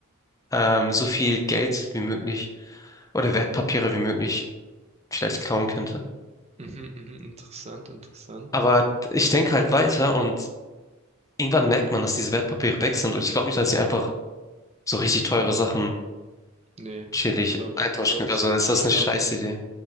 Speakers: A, on the left (about 15°); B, on the right (about 30°).
A: ähm, so viel Geld wie möglich oder Wertpapiere wie möglich vielleicht klauen könnte.
B: Mhm, mhm, interessant, interessant.
A: Aber ich denke halt weiter und irgendwann merkt man, dass diese Wertpapiere weg sind und ich glaube nicht, dass ich einfach so richtig teure Sachen
B: Nee,
A: chillig
B: glaube
A: eintauschen
B: ich, glaub
A: könnte.
B: ich
A: Also
B: nicht.
A: ist das
B: Ich glaube,
A: eine Scheißidee.